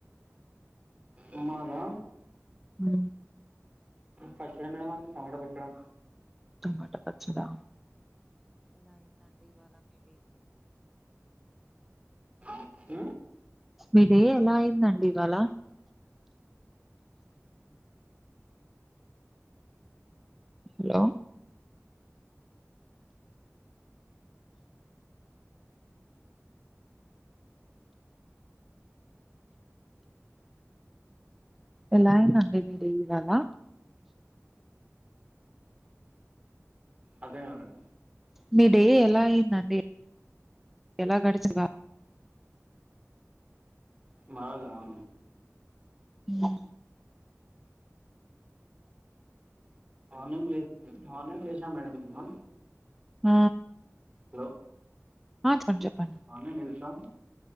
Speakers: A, on the right (about 25°); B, in the centre.
A: ఉన్నారా
B: ఉ
A: పచ్చడ మేడమ్ మాది టమట పచ్చడా
B: టమాటా పచ్చడా
A: హ
B: మీ డే ఎలా అయిందండి ఇవాళ హలో ఎలా అయిందండి మీకు ఇవాళ
A: అదేం గాలే మేడం
B: మీ డే ఎలా అయిందండి ఎలా గడిచింది
A: మాదా ఆ
B: హ
A: మార్నింగ్ లే మార్నింగ్ లేసా మేడం మేము
B: ఉ
A: హలో
B: ఆ చెప్ప చెప్పండి
A: మార్నింగ్ చేసాం